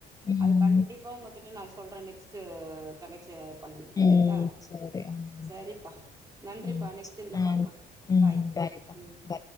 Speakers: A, on the left; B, on the right.
A: ம்
B: அது கண்டிப்பா உங்ககிட்ட நான் சொல்றே நெக்ஸ்ட்டு கனெக்ஷன் பண்ணி கரெக்டா
A: ம் சரி ஆமா ஆமா
B: சரிப்பா நன்றிப்பா
A: ம்
B: நெக்ஸ்டு இதுல
A: அண்ட்
B: பாக்கலா
A: ம்
B: பாய்
A: பாய்ப்பா
B: ம்